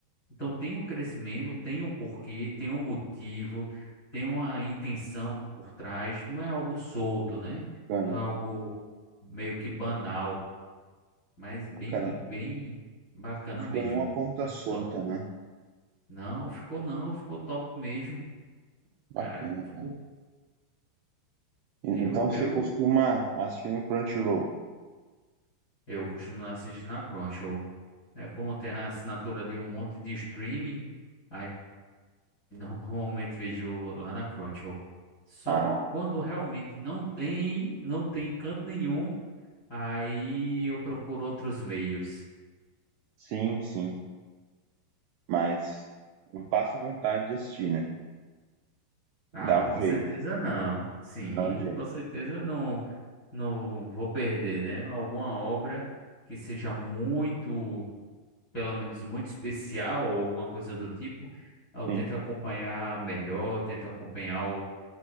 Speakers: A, on the left (about 35°); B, on the right (about 80°).
A: então tem um crescimento, tem um porquê, tem um motivo, tem uma intenção por trás. Não é algo solto, né?
B: Bacana,
A: Não é algo meio que banal, mas bem,
B: bacana.
A: bem bacana
B: Não ficou
A: mesmo.
B: nenhuma ponta
A: Muito
B: solta,
A: top.
B: né?
A: Não, ficou não, ficou top mesmo.
B: Bacana.
A: Cara, ficou.
B: E-
A: Eu,
B: Então você
A: eu,
B: costuma assistir no Crunchyroll.
A: eu costumo assistir na Crunchyroll. É como tem a assinatura de um monte de streaming, aí Normalmente vejo lá na Crunchyroll. Só
B: Ah,
A: quando realmente não tem, não tem canto nenhum, aí eu procuro outros meios.
B: Sim, sim. Mas não passa vontade de assistir, né?
A: Ah,
B: Dá um
A: com
B: jeito,
A: certeza não. Sim,
B: dá um jeito,
A: com certeza eu não, não vou perder, né? Alguma obra que seja muito, pelo menos muito especial ou alguma coisa do tipo, eu tento
B: sim.
A: acompanhar melhor, tento acompanhar ao,